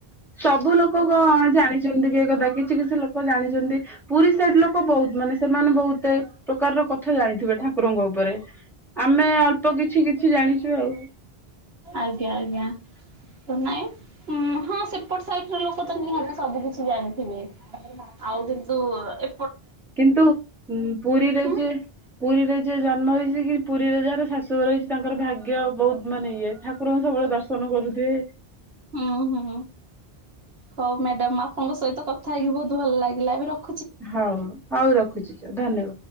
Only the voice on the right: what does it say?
ଆଜ୍ଞା ଆଜ୍ଞା। ତ ନାଇଁଁ ହଁ ସେପଟ ସାଇଟରେ ଲୋକ ତ ନିହାତି ସବୁ କିଛି ଜାଣିଥିବେ। ଆଉ କିନ୍ତୁ ଏ
ହୁଁ
ହୁଁ ହୁଁ ହଉ ମ୍ୟାଡାମ ଆପଣଙ୍କ ସହିତ କଥା ହେଇକି ବହୁତ ଭଲ ଲାଗିଲା ଏବେ ର